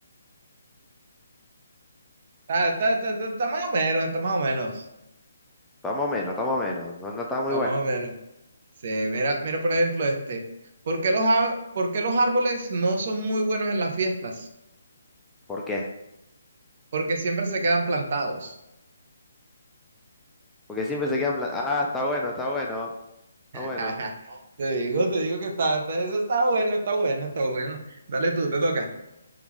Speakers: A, on the right; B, in the centre.
A: Está, está, está, está está más o menos, está más o menos,
B: Está menos, está menos. No, no está muy
A: está
B: bueno.
A: más o menos. Sí, mira, mira por ejemplo este. ¿Por qué los, á- por qué los árboles no son muy buenos en las fiestas?
B: ¿Por qué?
A: Porque siempre se quedan plantados.
B: Porque siempre se quedan plan... Ah, está bueno, está bueno, está
A: <laughs>
B: bueno.
A: Te digo, te digo que está, está- eso está bueno, está bueno, está bueno. Dale tú, te toca.